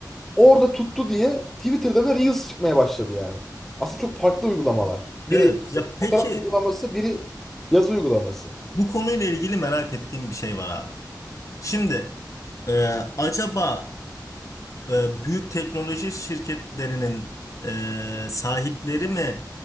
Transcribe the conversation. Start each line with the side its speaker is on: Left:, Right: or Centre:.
Centre: Orada tuttu diye Twitter'da bile Reels çıkmaya başladı yani. Aslında çok farklı uygulamalar. Biri
Left: Evet ya peki
Centre: fotoğraf uygulaması, biri yazı uygulaması.
Left: bu konuyla ilgili merak ettiğim bir şey var abi. Şimdi ee, acaba e, büyük teknoloji şirketlerinin e, sahipleri mi